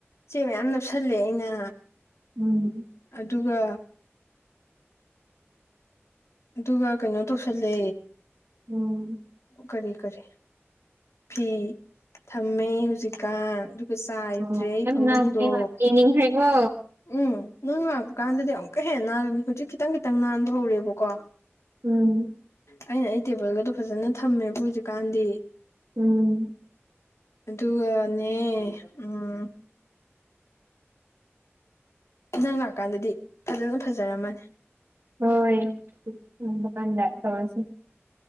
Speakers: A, on the left (about 75°); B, on the right (about 60°).
A: ꯆꯦ ꯃꯌꯥꯝ ꯅꯞꯁꯜꯂꯦ ꯑꯩꯅ
B: ꯎꯝ
A: ꯑꯗꯨꯒ ꯑꯗꯨꯒ ꯀꯩꯅꯣ ꯇꯧꯁꯜꯂꯦ
B: ꯎꯝ
A: ꯀꯔꯤ ꯀꯔꯤ ꯐꯤ ꯊꯝꯃꯦ ꯍꯧꯖꯤꯛꯀꯥꯟ ꯈꯨꯁꯥꯏꯗ꯭ꯔꯦ
B: ꯑꯣ
A: ꯑꯩ
B: ꯌꯥꯝ
A: ꯐꯃꯨꯡꯗꯣ
B: ꯅꯥꯟꯈ꯭ꯔꯦ ꯃꯥ ꯌꯦꯡꯅꯤꯡꯈ꯭ꯔꯦꯀꯣ
A: ꯎꯝ ꯅꯪ ꯂꯥꯛꯄ ꯀꯥꯟꯗꯗꯤ ꯑꯃꯨꯛꯀ ꯍꯦꯟꯅ ꯅꯥꯜꯂꯅꯤ ꯍꯧꯖꯤꯛ ꯈꯤꯇꯪ ꯈꯤꯇꯪ ꯅꯥꯟꯕ ꯍꯧꯔꯦꯕꯀꯣ
B: ꯎꯝ
A: ꯑꯩꯅ ꯑꯩ ꯇꯦꯕꯜꯒꯗꯣ ꯐꯖꯅ ꯊꯝꯃꯦꯕ ꯍꯧꯖꯤꯛꯀꯥꯟꯗꯤ
B: ꯎꯝ
A: ꯑꯗꯨꯒꯅꯦ ꯎꯝ ꯅꯪ ꯂꯥꯛꯀꯥꯟꯗꯗꯤ ꯐꯖꯅ ꯐꯖꯔꯝꯃꯅꯤ
B: ꯍꯣꯏ ꯎꯕꯥ ꯀꯥꯟꯗ ꯇꯧꯔꯁꯤ